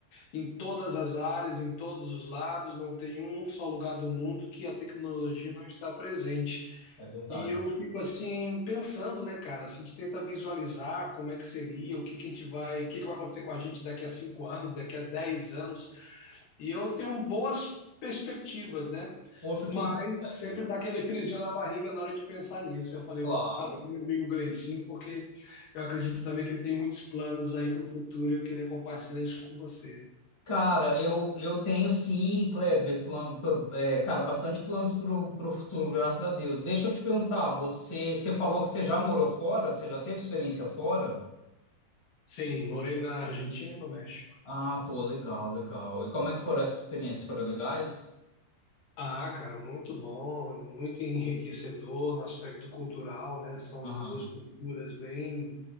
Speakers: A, on the left (about 55°); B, on the left (about 30°).
A: em todas as áreas, em todos os lados, não tem um só lugar do mundo que a tecnologia não está presente.
B: É verdade.
A: E eu fico assim pensando, né, cara? Assim, a gente tenta visualizar como é que seria, o que que a gente vai, o que que vai acontecer com a gente daqui a cinco anos, daqui a dez anos. E eu tenho boas perspectivas, né?
B: Poxa,
A: Mas
B: que bom, Kleber.
A: sempre dá aquele friozinho na barriga na hora de pensar nisso. Eu falei,
B: Claro.
A: eu vou falar com meu amigo Gleicinho, porque eu acredito também que ele tem muitos planos aí para o futuro e eu queria compartilhar isso com você.
B: Cara, eu, eu tenho sim, Kleber, plan- pa- é, cara, bastante planos pro, pro futuro, graças a Deus. Deixa eu te perguntar, você, você falou que você já morou fora? Você já teve experiência fora?
A: Sim, morei na Argentina e no México.
B: Ah, pô, legal, legal. E como é que foram essas experiências? Foram legais?
A: Ah, cara, muito bom, muito enriquecedor no aspecto cultural, né? São
B: Aham.
A: duas culturas bem,